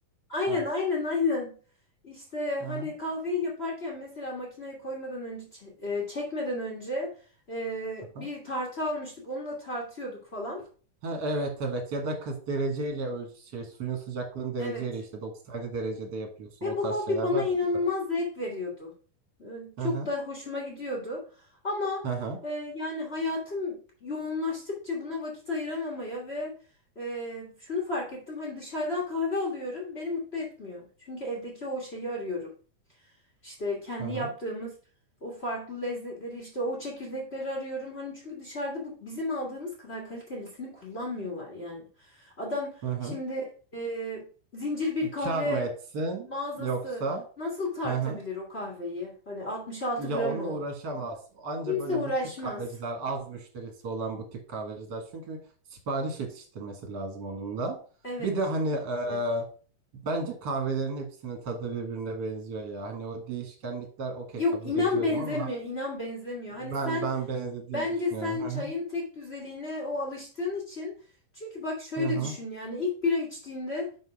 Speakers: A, on the left; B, on the right.
A: Aynen
B: Hı
A: aynen aynen. İşte
B: hı.
A: hani kahveyi yaparken mesela makineye koymadan önce çe- e, çekmeden önce e,
B: hı.
A: bir tartı almıştık onunla tartıyorduk falan.
B: Ha, evet evet ya da kız dereceyle ölç şey suyun sıcaklığını dereceyle
A: Evet.
B: işte 97 derecede yapıyorsun
A: Ve
B: o
A: bu
B: tarz
A: hobi
B: şeyler
A: bana
B: var
A: inanılmaz
B: biliyorum.
A: zevk veriyordu. Ee, Çok
B: Hı hı
A: da hoşuma gidiyordu. Ama
B: hı hı
A: e, yani hayatım yoğunlaştıkça buna vakit ayıramamaya ve e, şunu fark ettim. Hani dışarıdan kahve alıyorum beni mutlu etmiyor. Çünkü evdeki o şeyi arıyorum. İşte kendi
B: hı hı.
A: yaptığımız o farklı lezzetleri işte o çekirdekleri arıyorum. Hani çünkü dışarıda bu bizim aldığımız kadar kalitelisini kullanmıyorlar yani. Adam
B: hı hı.
A: şimdi e, zincir bir kahve
B: Kar mı etsin
A: mağazası
B: yoksa
A: nasıl tartabilir
B: hı hı.
A: o kahveyi? Hani 66
B: Ya
A: gram
B: onunla
A: o.
B: uğraşamaz. Anca
A: Kimse
B: böyle
A: uğraşmaz.
B: butik kahveciler az müşterisi olan butik kahveciler çünkü sipariş yetiştirmesi lazım onun da.
A: Evet,
B: Bir de hani eee,
A: evet.
B: bence kahvelerin hepsinin tadı birbirine benziyor ya. Hani o değişkenlikler okey
A: Yok
B: kabul
A: inan
B: ediyorum
A: benzemiyor,
B: ama
A: inan benzemiyor.
B: Ben
A: Hani sen
B: ben benzediğini
A: bence
B: düşünüyorum.
A: sen
B: Hı
A: çayın
B: hı.
A: tek düzeliğine o alıştığın için çünkü bak şöyle
B: Hı hı.
A: düşün yani ilk bira içtiğinde